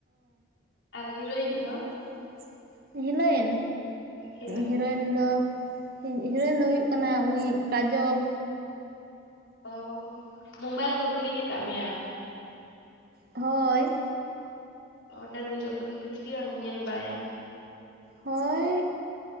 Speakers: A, on the left (about 75°); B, on the right (about 50°).
A: ᱟᱨ ᱦᱤᱨᱳᱭᱤᱱ
B: ᱦᱳᱸ
A: ᱫᱚ
B: ᱦᱤᱞᱟᱹᱭᱮᱱ
A: ᱦᱤᱨᱳ
B: ᱦᱤᱨᱳᱭᱤᱱ ᱫᱚ ᱦᱤᱨᱳᱭᱤᱱ ᱫᱚᱭ ᱦᱩᱭᱩᱜ ᱠᱟᱱᱟᱹᱭ ᱩᱱᱤ ᱠᱟᱡᱚᱞ
A: ᱚᱼ ᱢᱳᱵᱟᱭᱤᱞ ᱠᱚ ᱠᱤᱨᱤᱸᱧ ᱟᱠᱟᱫ ᱢᱮᱭᱟ
B: ᱦᱳᱭ
A: ᱚ ᱰᱟᱝᱨᱤ ᱜᱟᱹᱯᱤ ᱜᱮᱯᱤ ᱛᱮ ᱜᱮ ᱵᱟᱝ ᱧᱮᱞ ᱵᱟᱹᱲᱟᱭᱟᱢ
B: ᱦᱚᱭ